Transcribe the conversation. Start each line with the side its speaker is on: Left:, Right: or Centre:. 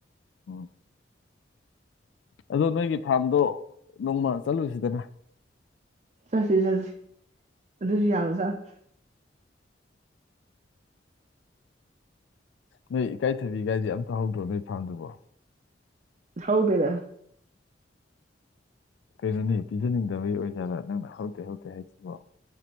Left: ꯎꯝ ꯑꯗꯣ ꯅꯣꯏꯒꯤ ꯐꯥꯔꯝꯗꯣ ꯅꯣꯡꯃ ꯆꯠꯂꯨꯁꯤꯗꯅ
Right: ꯁꯠꯁꯤ ꯁꯠꯁꯤ ꯑꯗꯨꯁꯨ ꯌꯥꯕꯖꯠꯅꯤ
Left: ꯅꯣꯏ ꯏꯀꯥꯏꯊꯕꯤ ꯀꯥꯏꯗꯤ ꯑꯝꯇ ꯍꯧꯗ꯭ꯔꯣ ꯅꯣꯏ ꯐꯥꯝꯗꯨꯕꯣ
Right: ꯍꯥꯎꯗꯦꯗꯥ
Left: ꯀꯩꯅꯣꯅꯤ ꯄꯤꯖꯅꯤꯡꯗꯕꯒꯤ ꯑꯣꯏꯖꯥꯠꯂꯥ ꯅꯪꯅ ꯍꯧꯗꯦ ꯍꯧꯗꯦ ꯍꯥꯏꯁꯤꯕꯣ